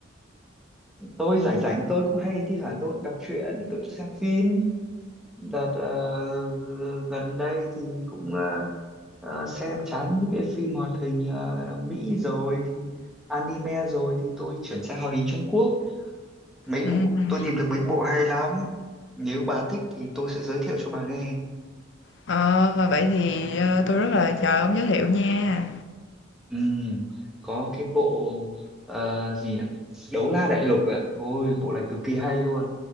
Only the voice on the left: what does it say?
Ừm,
ờ, vậy thì, ơ, tôi rất là chờ ông giới thiệu nha.